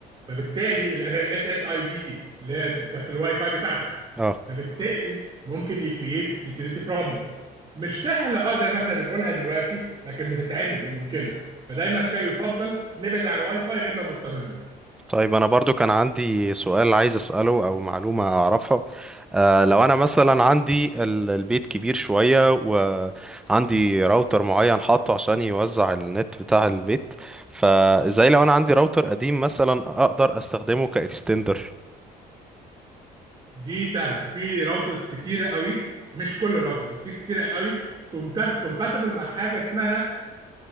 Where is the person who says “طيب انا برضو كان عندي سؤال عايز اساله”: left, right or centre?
Centre